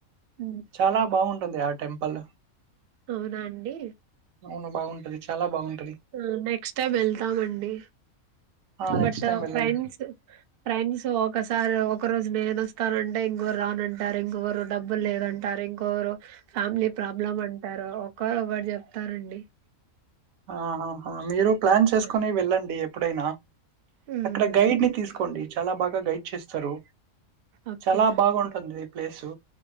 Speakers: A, on the right; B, on the right.
A: ఉమ్,
B: చాలా బాగుంటుంది ఆ టెంపల్
A: అవునా అండి
B: అవును బాగు అది చాలా బాగుంది
A: హ నెక్స్ట్ టైమ్ వెళ్తామండి
B: ఆ! నెక్స్ట్
A: బట్
B: టైమ్ వెళ్ళండి.
A: ఫ్రెండ్స్ ఫ్రెండ్స్ ఒకసారి ఒక రోజు నేనుొస్తానంటే ఇంకొరు రానంటారు ఇంకొరు డబ్బులు లేదంటారు ఇంకొరు ఫ్యామిలీ ప్రాబ్లమ్ అంటారు ఒకరు ఒకటి చెప్తారండి
B: ఆహాహా మీరు ప్లాన్ చేసుకొని
A: ఆ,
B: వెళ్ళండి ఎప్పుడైనా
A: ఉమ్,
B: అక్కడ గైడ్ ని తీసుకోండి చాలా బాగా గైడ్ చేస్తారు
A: ఓకే
B: చాలా బాగా ఉంటుంది ప్లేసు